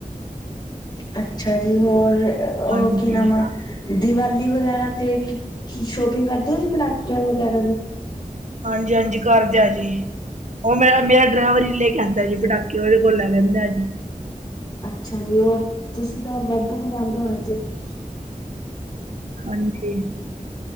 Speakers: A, on the left; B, on the right.
A: ਅੱਛਾ ਜੀ ਹੋਰ ਓਹ
B: ਹਾਂਜੀ,
A: ਕੀ ਨਾਮ ਆ ਦੀਵਾਲੀ ਵਗੈਰਾ ਤੇ ਕਿ ਸ਼ੋਪਿੰਗ ਕਰਦੇ ਔ ਜੀ ਪਟਾਕੇਆਂ ਵਗੈਰਾ ਦੀ
B: ਹਾਂਜੀ-ਹਾਂਜੀ ਕਰਦੇਂ ਆਜੀ, ਉਹ ਮੇਰਾ-ਮੇਰਾ ਡਰਾਈਵਰ ਈ ਲੇਕੇ ਆਂਦੈ ਜੀ ਪਟਾਕੇ ਤੇ ਓਦੇ ਕੌਲ ਲੈ ਲੈੰਦਾ ਜੀ
A: ਅੱਛਾ ਜੀ ਔਰ ਤੁਸੀਂ ਤਾਂ ਵਾਧੂ ਮਗਾੰਦੇ ਹੋਨੇ ਜੀ
B: ਹਾਂਜੀ